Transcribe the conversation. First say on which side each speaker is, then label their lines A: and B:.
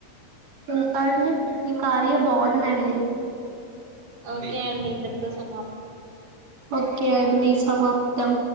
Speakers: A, on the right; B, on the right.
A: ఇంకా అండి మీ కార్య బాగుందండి
B: ఓకే అండి ఇంతటితో స
A: ఓకే అండి సమాప్తం